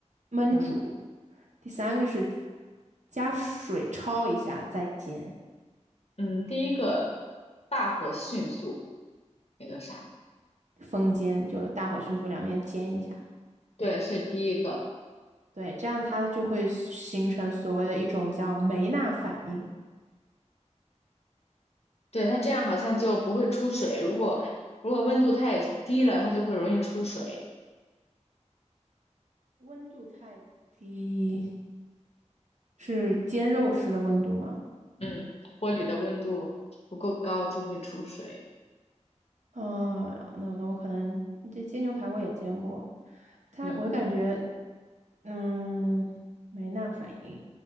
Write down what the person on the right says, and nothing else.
焖煮，
第三个是加水焯一下再煎。
风煎，就大火迅速两面煎一下。
对，这样它就会形成所谓的一种叫梅纳反应。
温度太低是煎肉时的温度吗？
啊，那那我可能这煎牛排我也煎过，它我感觉，
嗯，梅纳反应，